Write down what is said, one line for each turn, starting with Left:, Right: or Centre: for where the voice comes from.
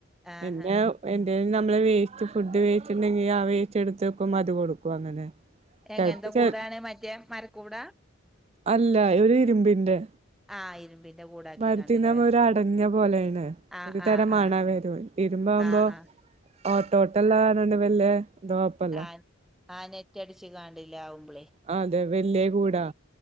Centre: ആഹ്
Right: എന്നെ
Centre: ആഹ്
Right: എന്തേലും നമ്മള് വേസ്റ്റ് ഫുഡ് വേസ്റ്റ്ണ്ടെങ്കി ആ വേസ്റ്റ് എടുത്ത് വക്കുമ്പോ അത്കൊടുക്കും അങ്ങനെ
Centre: എങ്ങെൻതെ
Right: ചെലപ്പോ
Centre: കൂടാണ്
Right: ചെ
Centre: മറ്റേ മരക്കൂടാ
Right: അല്ല ഒരു ഇരുമ്പിന്റെ
Centre: ആഹ് ഇരുമ്പിന്റെ കൂടാക്കിക്കാണ്ടില്ലേ
Right: മരത്തീനാവുമ്മ ഒരു അടഞ്ഞെ പോലെണ്
Centre: ആഹ്
Right: ഒരു തരം
Centre: ആഹ്
Right: മണാ
Centre: ആഹ്
Right: വരു യ് ഇരുമ്പ ആവുമ്പോ
Centre: ആഹ് ആഹ്
Right: ഓട്ടോട്ടല്ല താണോണ്ട് വല്യ ഇത് കൊഴപ്പല്ല
Centre: ആൻ ആ നെറ്റടിച്ച് കാണ്ടില്ലെ ആവുമ്പളേ
Right: ആ അതെ വല്യേ കൂടാ